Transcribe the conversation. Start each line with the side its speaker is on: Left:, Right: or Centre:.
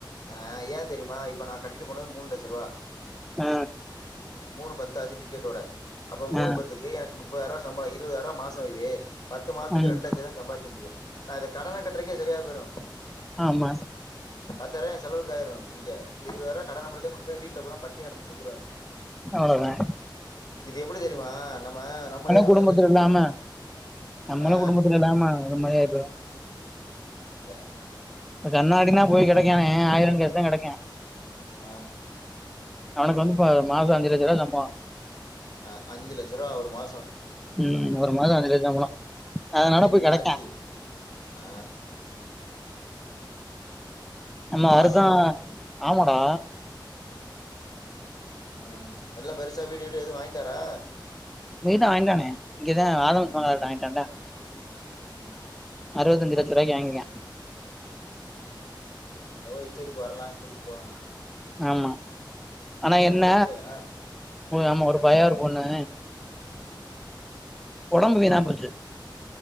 Left: ஆ ஏ தெரிய்மா இப்ப நா கட்டிட்டு போனது மூனு லச்சர்வா
Centre: ஆ
Left: மூனு பத்து ஆச்சு டிக்கெடோட அப்ப மூனு
Centre: ஆ
Left: பத்துக்கு எனக்கு நுப் பதாயிர்வா சம்பள இருவதாயிரோ மாச வெயி பத்து மாசத்துக்கு
Centre: ம்
Left: ரெண்டு லச்சந்தா சம்பாதிக்க முடியும் நா இத கடன கட்றக்கே செரியா போய்ரு
Centre: ஆமா
Left: பத்தாயிரோ ஏ செலவுக்கு ஆயுரு இங்க இந்த இருவதாயிரோ கடனமட்டூதா குடுப்ப வீட்ல பூரா பட் ட்னி கெடந்து செத்துருவாய்ங்க
Centre: அவ்ளோதா
Left: இது எப்டி தெரியுமா நம்ம நம்மளே நம்ம
Centre: குடும்பத்துல
Left: தலைல சூன்ய
Centre: இல்லாம
Left: வெச்சுக்குறோ
Centre: நம்மளே
Left: ஆ
Centre: குடும்பத்துல இல்லாம அது மாரி ஆயி போயிரு
Left: ஆ அதே
Centre: இப்ப கண்ணாடின்னா போய் கடைக்கான ஆயிரம் கச தா கெடக்கு
Left: ஆ
Centre: அவனுக்கு வந்து இப்ப மாச அஞ்சு லெச்சரூபா சம்பளம்
Left: அ அஞ்சு லட்ச ரூபா ஒரு மாச
Centre: ம் ஒரு மாத அஞ்சு லட்ச வாங்கலா அதனால
Left: என்ன
Centre: போய் கெடக்கா
Left: ஆச்சு ஆ
Centre: நம்ம
Left: மாசமா
Centre: வருச ஆமடா
Left: ம் எல்லா பெருசா வீடு கீடு எதுவு வாங்கிட்டாரா
Centre: வீடுதா வாங்கிட்டானே இங்கேதா ஆதவ்
Left: ம்
Centre: பங்லாட்ட வாங்கிட்டான்டா
Left: ம்
Centre: அறுவத்து ஐந்சு லட்ச ரூவாக்கி வாங்கி இருக்கா
Left: அவ இஷ்டதுக்கு வரலா இஷ்டதுக்கு போலா
Centre: ஆமா ஆனா
Left: இது
Centre: என்ன
Left: ரெண்டு புள்ளைகளா
Centre: ஆமா ஒரு பய ஒரு பொண்ணு உடம்பு வீணா போச்சு